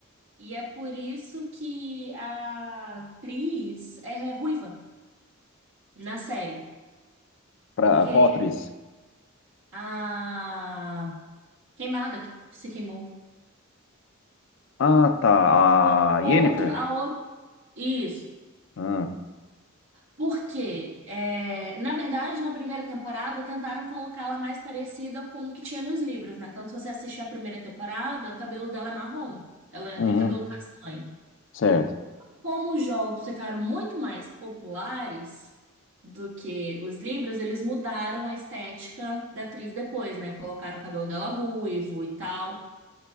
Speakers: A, on the right; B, on the left.
A: E é por isso que a atriz é ruiva na série,
B: Pra,
A: porque
B: qual atriz?
A: a Queimada que se queimou.
B: Ah, tá.
A: O
B: A
A: o
B: Yennefer.
A: outro, a outro. Isso.
B: Ah,
A: porque É, na verdade, na primeira temporada, tentaram colocá-la mais parecida com o que tinha nos livros, né? Tanto se você assistir a primeira temporada, o cabelo dela é marrom. Ela
B: uhum,
A: tem cabelo castanho.
B: certo.
A: Como os jogos ficaram muito mais populares do que os livros, eles mudaram a estética da atriz depois, né? Colocaram o cabelo dela ruivo e tal.